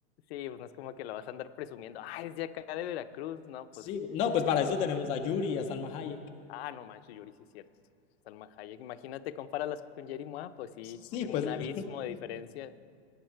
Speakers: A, on the left; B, on the left.
A: Sí, pues no es como que la vas a andar presumiendo. Ah, es de acá de Veracruz, ¿no?
B: Sí,
A: Pues,
B: no, pues para eso tenemos a Yuri y a Salma Hayek.
A: ah, no manches, Yuri, sí es cierto. Salma Hayek, imagínate, compáralas con Jerry Mois, pues sí,
B: Sí,
A: en
B: pues
A: un
B: <laughs>
A: abismo de diferencia.